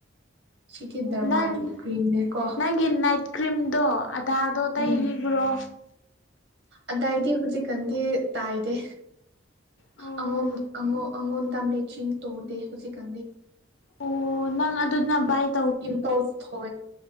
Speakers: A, on the right; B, on the left.
A: ꯆꯤꯊꯤ ꯙꯔꯃꯥꯒꯤ
B: ꯅꯪ
A: ꯀ꯭ꯔꯤꯝꯅꯤ ꯀꯣ
B: ꯅꯪꯒꯤ ꯅꯥꯏꯠ ꯀ꯭ꯔꯤꯝꯗꯣ ꯑꯗꯥꯗꯣ ꯇꯩꯔꯤꯕ꯭ꯔꯣ
A: ꯎꯝ ꯑꯗꯗꯤ ꯍꯧꯖꯤꯛꯀꯥꯟꯗꯤ ꯇꯥꯏꯗꯦ
B: ꯑꯣ
A: ꯑꯉꯣꯝ ꯑꯉ ꯑꯪꯣꯟꯗ ꯃꯦꯆꯤꯡ ꯇꯧꯔꯗ ꯍꯧꯖꯤꯛ ꯀ
B: ꯑꯣ ꯅꯪ ꯑꯗꯨ ꯑꯗꯨꯗꯅ ꯥꯏꯛ
A: ꯏꯝꯄꯜꯁ ꯍ